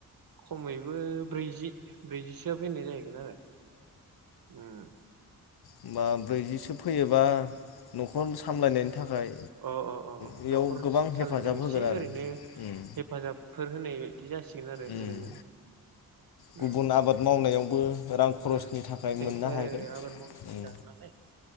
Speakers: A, on the right (about 65°); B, on the left (about 85°).
A: खमैबो ब्रैजि ब्रैजिसोआ फैनाय जाहैगोन आरो उम
B: होनबा ब्रैजिसो फैयोबा न'खर सामलायनायनि थाखाय
A: अ -अ- अ
B: बेयाव
A: न'खर
B: गोबां हेफाजाब
A: सालायनायाव एसे
B: होगोन आरो
A: ओरैनो
B: उम
A: हेफाजाबफोर होनाय बिदि जासिगोन आरो
B: उम
A: ओरैनो
B: गुबुन
A: ओम-ओम
B: आबाद मावनायावबो रां खरसनि थाखाय
A: जोंथ'
B: मोननो
A: आरो
B: हागोन
A: आबाद मावनासो
B: उम
A: जाग्रा नालाय